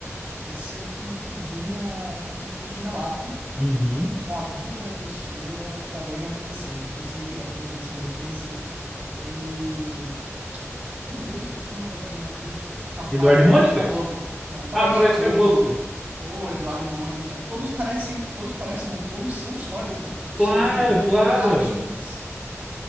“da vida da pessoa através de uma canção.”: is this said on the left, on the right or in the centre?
Right